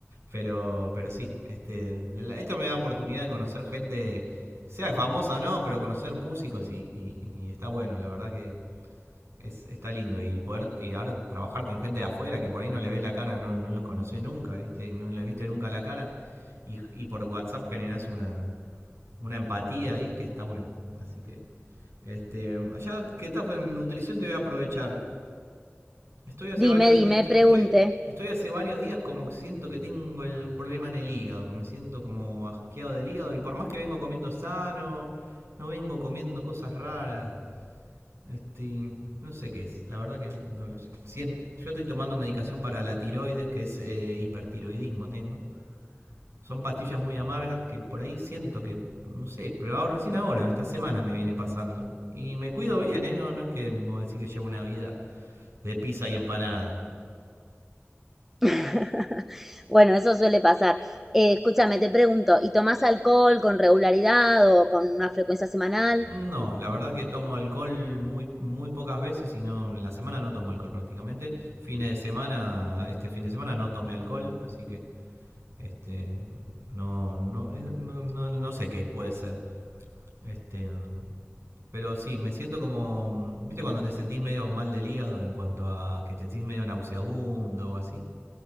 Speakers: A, on the right; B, in the centre.
A: Pero, pero sí, este, esto me da oportunidad de conocer gente, sea famosa o no, pero conocer músicos y, y- y está bueno, la verdad que es, está lindo. Y poder y ahora trabajar con gente de afuera que por ahí no le ves la cara, no, no los conoces nunca, ¿viste? no les viste nunca la cara. Y, y por WhatsApp generás una, una empatía ahí que está bueno. Así que, este, ya que estás en nutrición te voy a aprovechar. Estoy hace
B: Dime,
A: varios.
B: dime,
A: Estoy,
B: pregunte.
A: estoy, estoy hace varios días como que siento que tengo el- un problema en el hígado, que me siento como asqueado del hígado. Y por más que vengo comiendo sano, no vengo comiendo cosas raras. Este, no sé qué es, la verdad que no, no lo sé. Si es, yo estoy tomando medicación para la tiroides, que es eh, hipertiroidismo tengo. Son pastillas muy amargas que por ahí siento que, no sé, pero ahora- recién ahora, estas semanas me viene pasando. Y me cuido bien, ¿eh? No, no es que vos decís que llevo una vida de pizza y empanada.
B: <laughs> Bueno, eso suele pasar. Eh, escúchame, te pregunto, ¿y tomás alcohol con regularidad o con una frecuencia semanal?
A: No, la verdad que tomo alcohol muy, muy pocas veces y no, en la semana no tomo alcohol prácticamente. Fines de semana, este fin de semana no tomé alcohol, así que este no, no, eh, no, no, no sé qué puede ser. Este, um, pero sí, me siento como, mm, viste cuando te sentís medio mal del hígado en cuanto a que te sentís medio nauseabundo o así.